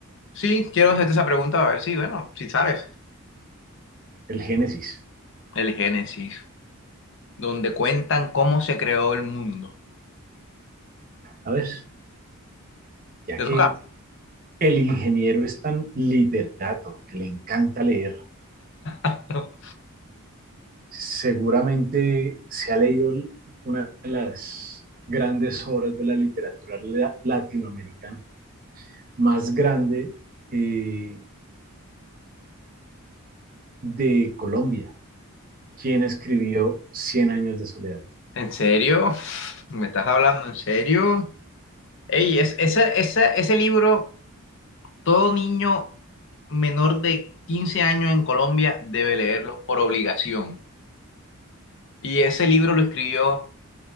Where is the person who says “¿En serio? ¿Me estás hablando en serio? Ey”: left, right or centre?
Left